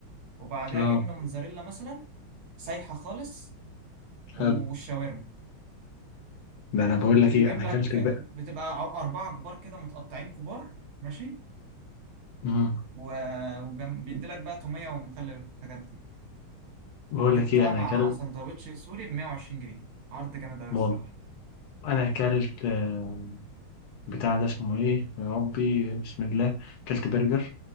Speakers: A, on the right; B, on the left.
A: وبعدها
B: اه
A: جبنه موتزاريلا مثلا سايحه خالص والشاورما
B: حلو ده انا بقول لك
A: ويجيب
B: ايه انا
A: لك
B: اكلت بقى
A: بتبقى ع- أربعة كبار كده متقطعين كبار ماشي
B: امم
A: وبيدي لك بقى تومية ومخلل والحاجات دي
B: بقول
A: جبتها
B: لك ايه انا
A: مع
B: اكلت
A: سندوتش سوري ب 120 جنيه عرض جامد أوي
B: والله
A: الصراحة
B: انا اكلت آه، بتاع ده اسمه ايه يا ربي بسم الله اكلت برجر